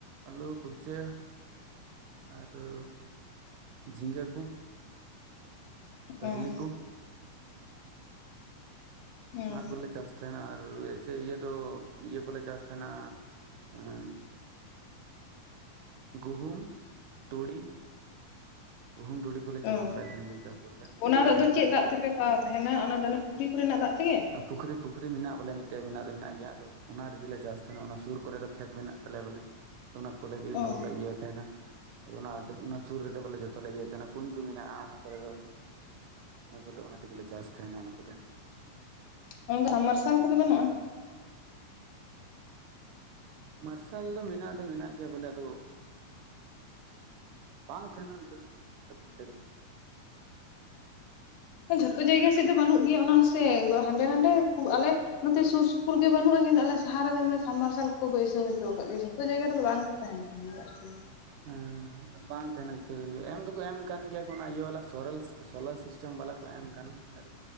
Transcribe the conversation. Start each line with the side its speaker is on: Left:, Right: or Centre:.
Right: ᱟᱞᱩ ᱠᱩᱲᱪᱟᱹ ᱟᱨᱩ ᱡᱷᱤᱸᱜᱟᱹ ᱠᱩ ᱠᱟᱨᱞᱤ
Left: ᱚᱸ
Right: ᱠᱩ
Left: ᱚᱸ
Right: ᱚᱱᱟ ᱠᱚᱨᱮ ᱞᱮ ᱪᱟᱥ ᱛᱟᱦᱮᱱᱟ ᱟᱨ ᱡᱮᱭᱥᱮ ᱤᱭᱟᱹ ᱫᱚ ᱤᱭᱟᱹ ᱠᱚᱞᱮ ᱪᱟᱥ ᱛᱟᱦᱮᱱᱟ ᱮᱸ ᱜᱩᱦᱩᱢ ᱛᱩᱲᱤ ᱜᱩᱦᱩᱢ ᱛᱩᱲᱤ ᱠᱩᱞᱮ ᱪᱟᱥ
Left: ᱚᱸ
Right: ᱵᱟᱲᱟᱭ ᱛᱟᱦᱮᱱ ᱜᱮᱭᱟ ᱪᱟᱥ ᱫᱚ ᱵᱚᱞᱮ
Left: ᱚᱱᱟ
Right: ᱯᱩᱨᱟᱹ
Left: ᱫᱟᱜ
Right: ᱢᱮᱱᱟᱜ
Left: ᱫᱚ ᱪᱮᱫ ᱫᱟᱜ ᱛᱮᱯᱮ ᱯᱟᱣᱟᱣ ᱛᱟᱦᱮᱱᱟ ᱚᱱᱟ ᱫᱚ ᱚᱱᱮ ᱯᱩᱠᱷᱨᱤ ᱠᱚ ᱨᱮᱱᱟᱜ ᱫᱟᱜ ᱛᱮᱜᱮ᱾
Right: ᱢᱮᱱᱟᱜᱼᱟ ᱯᱩᱠᱷᱨᱤ ᱯᱩᱠᱷᱨᱤ ᱢᱮᱱᱟᱜ ᱵᱚᱞᱮ ᱢᱤᱫᱴᱮᱡ ᱢᱮᱱᱟᱜ ᱢᱮᱱᱟᱜ ᱜᱮᱭᱟ ᱟᱫᱚ ᱚᱱᱟ ᱨᱤᱜᱤ ᱞᱮ ᱪᱟᱥ ᱛᱟᱦᱮᱱᱟ ᱚᱱᱟ ᱥᱩᱨ ᱠᱚᱨᱮ ᱫᱚ ᱠᱷᱮᱛ ᱢᱮᱱᱟᱜ᱾ ᱠᱟᱞᱮ ᱵᱚᱞᱮ ᱚᱱᱟ ᱠᱚ ᱞᱟᱜᱤ
Left: ᱚᱸ
Right: ᱚᱱᱟ ᱠᱚᱞᱮ ᱤᱭᱟᱹ ᱛᱟᱦᱮᱱᱟ ᱟᱫᱚ ᱚᱱᱟ ᱚᱱᱟ ᱥᱩᱨ ᱨᱮᱫᱚ ᱵᱚᱞᱮ ᱡᱚᱛᱚᱞᱮ ᱤᱭᱟᱹ ᱛᱟᱦᱮᱱᱟ ᱠᱩᱧ ᱠᱚ ᱢᱮᱱᱟᱜ-ᱟ ᱚᱱᱟ ᱠᱚᱨᱮ ᱫᱚ ᱚᱱᱟ ᱠᱚᱨᱮ ᱚᱱᱟ ᱛᱮᱜᱮᱞᱮ ᱪᱟᱥ ᱛᱟᱦᱮᱱᱟ ᱚᱱᱟ ᱠᱚᱫᱚ᱾
Left: ᱚᱱᱠᱟ ᱢᱟᱨᱥᱟᱞ ᱠᱚᱫᱚ ᱵᱟᱹᱱᱩᱜ-ᱟ?
Right: ᱢᱟᱨᱥᱟᱞ ᱫᱚ ᱢᱮᱱᱟᱜ ᱫᱚ ᱢᱮᱱᱟᱜ ᱜᱮᱭᱟ ᱵᱚᱞᱮ ᱟᱫᱚ ᱵᱟᱝ ᱛᱟᱦᱮᱱᱟ ᱚᱱᱟ ᱫᱚ <unintelligible>
Left: ᱚ ᱡᱷᱚᱛᱚ ᱡᱟᱭᱜᱟ ᱥᱮᱫ ᱫᱚ ᱵᱟᱹᱱᱩᱜ ᱜᱮᱭᱟ ᱚᱱᱟ ᱦᱚᱸ ᱥᱮ ᱦᱟᱸᱰᱮ ᱱᱟᱰᱮ ᱠᱷᱩᱵᱽ ᱟᱞᱮ ᱱᱚᱛᱮ ᱥᱩᱨ ᱥᱩᱯᱩᱨ ᱜᱮ ᱵᱟᱹᱱᱩᱜ-ᱟ ᱠᱤᱱᱛᱩ ᱟᱞᱮ ᱥᱟᱦᱟ ᱨᱮᱫᱚ ᱥᱟᱢ ᱢᱟᱨᱥᱟᱞ ᱠᱚ ᱵᱟᱹᱭᱥᱟᱹᱣ ᱦᱚᱪᱚ ᱟᱠᱟᱫ ᱜᱮᱭᱟ ᱡᱷᱚᱛᱚ ᱡᱟᱭᱜᱟ ᱨᱮᱫᱚ ᱵᱟᱝ ᱠᱚ ᱛᱟᱦᱮᱱ ᱠᱟᱱ ᱯᱮᱭᱟᱜ ᱥᱤᱢ <unintelligible>
Right: ᱮᱸ ᱦᱩᱸ ᱵᱟᱝ ᱛᱟᱦᱮᱱᱟ ᱡᱚᱛᱚ <unintelligible> ᱮᱢ ᱫᱚᱠᱚ ᱮᱢ ᱠᱟᱱ ᱜᱮᱭᱟ ᱠᱚ ᱚᱱᱟ ᱤᱭᱟᱹ ᱵᱟᱞᱟ ᱥᱚᱞᱚᱨᱥ ᱥᱚᱞᱚᱨ ᱥᱤᱥᱴᱮᱢ ᱵᱟᱞᱟ ᱠᱚ ᱮᱢ ᱠᱟᱱᱟ᱾ ᱛᱟᱨ